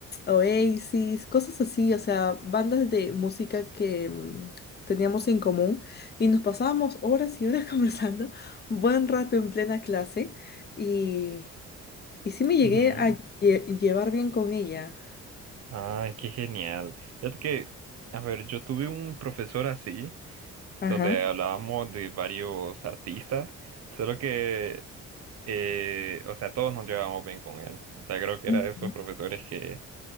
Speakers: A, on the left (about 35°); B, on the right (about 55°).
A: Oasis, cosas así, o sea, bandas de música que mm, teníamos en común y nos pasábamos horas y horas <laughs> conversando, un buen rato en plena clase y, y sí me llegué
B: Ujú.
A: a lle- llevar bien con ella.
B: Ah, qué genial. Fíjate que, a ver, yo tuve un profesor así,
A: Ajá.
B: donde hablábamos de varios artistas, solo que, eh, o sea, todos nos llevábamos bien con él. O sea, creo que
A: Ujú,
B: era de esos profesores que,